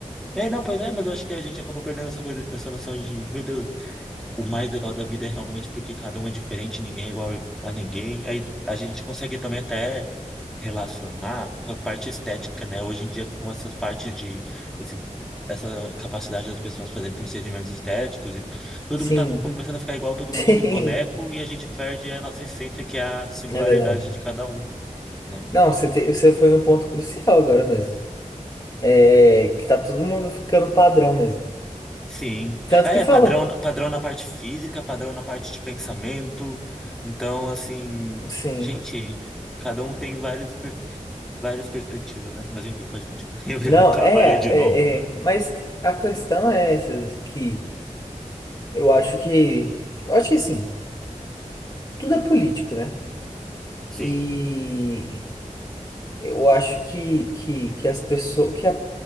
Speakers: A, in the centre; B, on the left (about 30°).
A: é, não, pois é, mas eu acho que a gente acabou perdendo essa coisa, essa noção de, meu Deus. o mais legal da vida é realmente porque cada um é diferente, ninguém é igual a ninguém. Aí a gente consegue também até relacionar com a parte estética, né? Hoje em dia, com essas partes de esse- essa capacidade das pessoas fazerem procedimentos estéticos e todo
B: Sim.
A: mundo tá começando a ficar igual a todo
B: <laughs>
A: mundo,
B: Sim.
A: um boneco, e a gente perde a nossa essência, que é a singularidade
B: É verdade.
A: de cada um, né?
B: Não,
A: Enfim.
B: você, te- você foi num ponto crucial agora mesmo. É que tá todo mundo ficando padrão mesmo.
A: Sim.
B: Tanto
A: É,
B: que fala.
A: padrão, padrão na parte física, padrão na parte de pensamento. Então, assim,
B: Sim.
A: gente, cada um tem várias, pers- várias perspectivas, né? Mas enfim, pode continuar. <laughs> Eu já
B: Não,
A: atrapalhei
B: é,
A: de
B: é,
A: novo.
B: é. Mas a questão é essa, que eu acho que. Eu acho que assim, tudo é político, né?
A: Sim,
B: E eu acho que, que, que as pessoas. Que a,